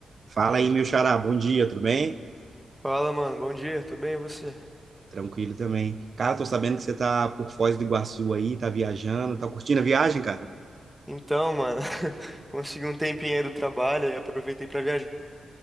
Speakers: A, on the right; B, in the centre.
A: Fala aí, meu xará, bom dia, tudo bem?
B: Fala, mano. Bom dia. Tudo bem, e você?
A: Tranquilo também. Cara, tô sabendo que você tá por Foz do Iguaçu aí, tá viajando, tá curtindo a viagem, cara?
B: Então, mano, <laughs> consegui um tempinho aí do trabalho e aproveitei pra viajar